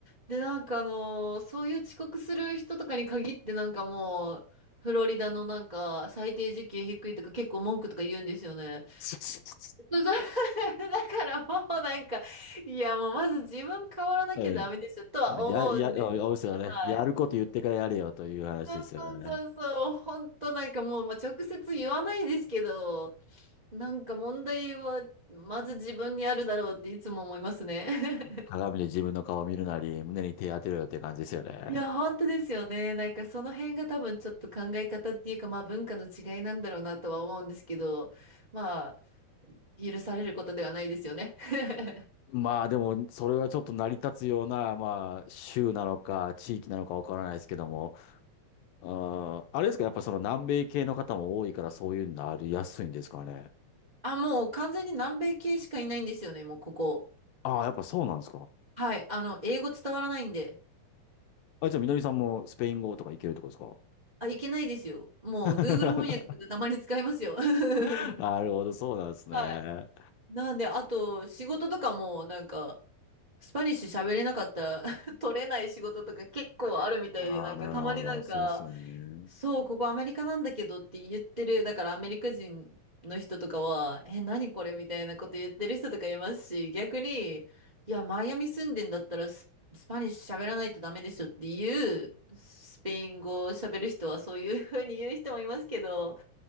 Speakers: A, on the right; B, on the left.
A: で、なんかあのーそういう遅刻する人とかに限ってなんかもう、フロリダのなんか最低時給低いとか結構文句とか言うんですよね。
B: <laughs>
A: <laughs> そうそう <laughs> だからもうなんか、いやもうまず自分変わらなきゃダメでしょとは思うんですけど、
B: うん。や、や、うですよね。
A: はい。
B: やること言ってからやれよという話ですよね。
A: そうそうそうそう、本当なんかもう、まあ、直接言わないですけど、なんか問題はまず自分にあるだろうっていつも思いますね。<laughs>
B: 鏡で自分の顔を見るなり、胸に手当てろよって感じですよね。
A: いや、本当ですよね。なんかその辺が多分ちょっと考え方っていうか、まあ文化の違いなんだろうなとは思うんですけど、まあ許されることではないですよね。<laughs>
B: まあでも、それはちょっと成り立つような、まあ、州なのか、地域なのかわからないですけども、うん、あれですか、やっぱその南米系の方も多いから、そういうのなりやすいんですかね。
A: あ、もう完全に南米系しかいないんですよね、もうここ。
B: ああ、やっぱそうなんですか。
A: はい。あの、英語伝わらないんで。
B: あ、じゃあ、みのりさんもスペイン語とかいけるってこと
A: あ、いけないですよ。もう
B: ですか
A: Google 翻訳とかたまに使いますよ。<laughs>
B: <laughs> なるほど、そうなんですね。
A: はい。なんで、あと仕事とかもなんか、スパニッシュ喋れなかったら <laughs> 取れない仕事とか結構あるみたいで、
B: ああ、
A: なんかたまになんか、
B: なるほど、そうっすよね。
A: そう、ここアメリカなんだけどって言ってる、だからアメリカ人の人とかは、え、何これみたいなこと言ってる人とかいますし、逆に、いや、マイアミ住んでんだったらス、スパニッシュ喋らないとダメでしょっていう、スペイン語を喋る人はそういうふうに言う人もいますけど、